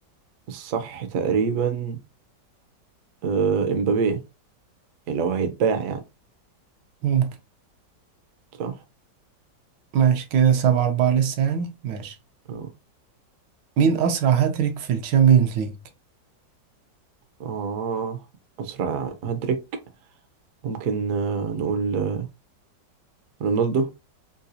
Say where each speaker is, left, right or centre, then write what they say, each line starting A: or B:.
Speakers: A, on the right (about 60°); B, on the right (about 75°).
A: الصح تقريبا آه امبابي يعني لو هيتباع يعني
B: ممكن
A: صح
B: ماشي كده سبعة أربعة لسه يعني ماشي
A: اه
B: مين أسرع هاتريك في الشامبيونز ليج؟
A: اه اسرع هاتريك ممكن آه نقول آه، رونالدو